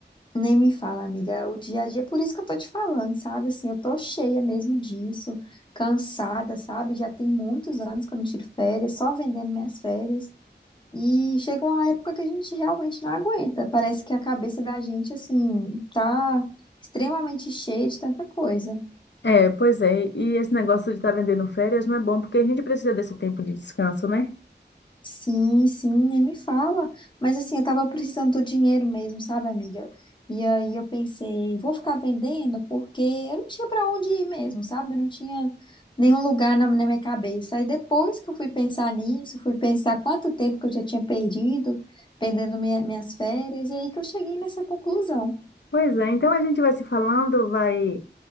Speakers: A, on the left; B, on the left.
A: Nem me fala, amiga, é o dia a dia, por isso que eu tô te falando, sabe? Assim, eu tô cheia mesmo disso, cansada, sabe? Já tem muitos anos que eu não tiro férias, só vendendo minhas férias. E chega uma época que a gente realmente não aguenta. Parece que a cabeça da gente, assim, tá extremamente cheia de tanta coisa.
B: É, pois é. E esse negócio de estar vendendo férias não é bom, porque a gente precisa desse tempo de descanso, né?
A: Sim, sim, nem me fala. Mas assim, eu tava precisando do dinheiro mesmo, sabe, amiga? E aí eu pensei, vou ficar vendendo porque eu não tinha pra onde ir mesmo, sabe? Eu não tinha nenhum lugar na, na minha cabeça. Aí depois que eu fui pensar nisso, fui pensar quanto tempo que eu já tinha perdido, vendendo minha- minhas férias, e aí que eu cheguei nessa conclusão.
B: Pois é. Então a gente vai se falando, vai